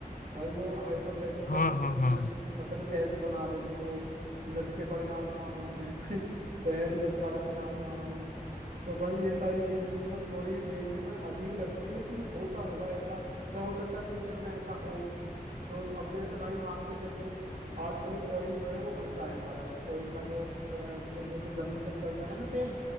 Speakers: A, on the right (about 60°); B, on the left (about 65°).
A: भाई वो हाइपोथेटिकल
B: हाँ
A: सिचुएशन
B: हाँ हाँ
A: पता नहीं कैसे बना देते हैं वो लटके पड़े हैं आसमानों में <laughs> शहर ही लटका रखे हैं आसमानों में तो भाई ये सारी चीजें मतलब थोड़ी देखने में अजीब लगती हैं लेकिन होता होगा ऐसा या हो सकता है फ्यूचर में ऐसा हो तो अब जैसे भाई मान के चल तू आजकल ऑयल जो है वो घट रहा है हमारा ऑयल का जो अ, मतलब जैसे जमीन से निकलता है ना तेल